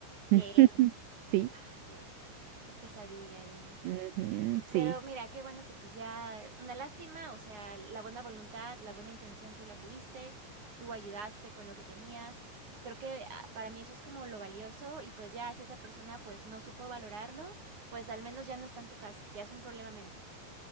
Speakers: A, on the right; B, on the right.
A: ¿Qué?
B: <laughs> Sí,
A: Dios, qué pesadilla, Jenny.
B: ujú,
A: Que- Pero
B: sí.
A: mira, qué bueno que pues ya, una lástima, o sea, la buena voluntad, la buena intención tú la tuviste, tú ayudaste con lo que tenías. Creo que ah, para mí eso es como lo valioso y pues ya si esa persona pues no supo valorarlo, pues al menos ya no está en tu casa, ya es un problema menos.